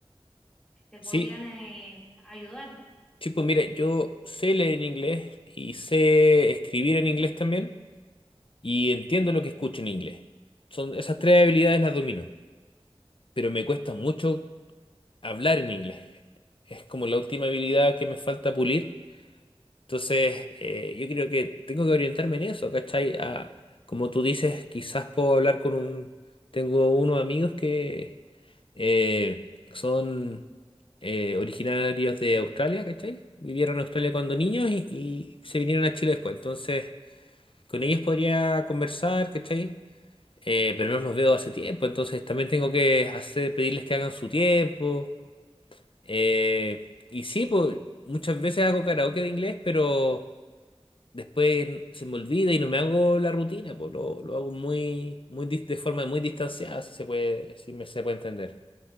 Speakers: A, in the centre; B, on the left (about 55°).
A: te
B: Sí,
A: podían eh, ayudar.
B: Sí, pues mira, yo sé leer en inglés y sé escribir en inglés también y entiendo lo que escucho en inglés. Son esas tres habilidades las domino, pero me cuesta mucho hablar en inglés. Es como la última habilidad que me falta pulir. Entonces, eh, yo creo que tengo que orientarme en eso, ¿cachai? A- como tú dices, quizás puedo hablar con un... Tengo unos amigos que eh, son eh, originarios de Australia, ¿cachai? Vivieron en Australia cuando niños y, y se vinieron a Chile después. Entonces, con ellos podría conversar, ¿cachai? Eh, pero no los veo hace tiempo, entonces también tengo que hacer, pedirles que hagan su tiempo. Eh, y sí, pues muchas veces hago karaoke de inglés, pero después se me olvida y no me hago la rutina, pues lo, lo hago muy, muy dis- de forma muy distanciada, si se puede, si me, se puede entender.